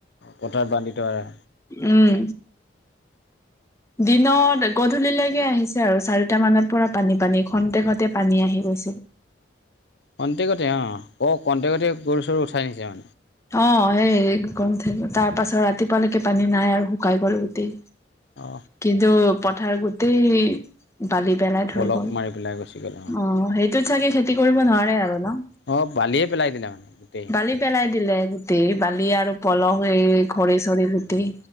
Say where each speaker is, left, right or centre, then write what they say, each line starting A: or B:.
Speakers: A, on the left; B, on the left.
A: পথত বান্ধি থোৱা নাই?
B: উম। দিনত গধূলিলৈকে আহিছে আৰু চাৰিটা মানৰ প পানী পানী খন্তে খতে পানী আহিব <inaudible>
A: কন্টেকতে অ ও কণ্টেকতে গৰু চৰু উঠাই নিছে অ।
B: অ সেই গম থাক তাৰ পাছত ৰাতিপুৱালৈকে পানী নাই আৰু শুকাই গ'ল গোটেই।
A: অ
B: কিন্তু পথাৰ গোটেই বালি পেলাই
A: পলক
B: থৈ গ'ল
A: মাৰি পেলাই গুচি গ'ল
B: অ সেইটোত চাগে খেতি কৰিব নোৱাৰে আৰু ন?
A: অ, বালিয়ে পেলাই দিলা মানে। গোটেই
B: বালি পেলাই দিলে গোটেই বালি আৰু পলহ হৈ ঘৰি চৰি গোটেই